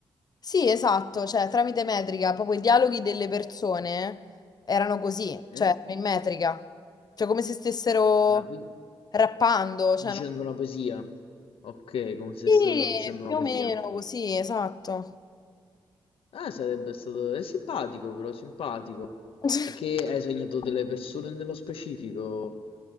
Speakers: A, on the left; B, on the left.
A: Sì, esatto, cioè tramite metrica, proprio i dialoghi delle persone erano così,
B: Eh?
A: cioè erano in metrica, cioè come se stessero
B: Ma quindi
A: rappando, cioè
B: dicendo
A: non-
B: una poesia? Ok, come se
A: Sì,
B: stavo dicendo una
A: più
B: poesia.
A: o meno così, esatto.
B: Ah, sarebbe stato... È simpatico però, simpatico.
A: <laughs>
B: È che hai sognato delle persone nello specifico